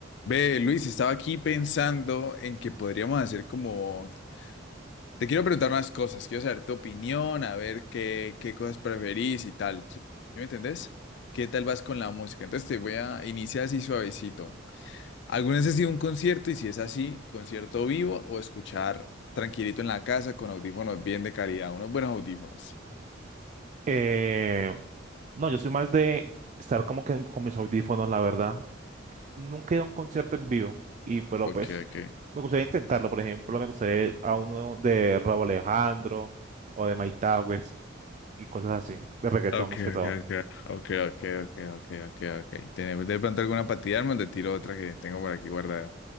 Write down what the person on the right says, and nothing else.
Eh, no, yo soy más de estar como que con mis audífonos, la verdad. Nunca he ido a un concierto en vivo, y pero
pues
me gustaría intentarlo, por ejemplo, me gustaría ir a uno de Rauw Alejandro o de Mike Towers y cosas así, de reggaetón
más que todo.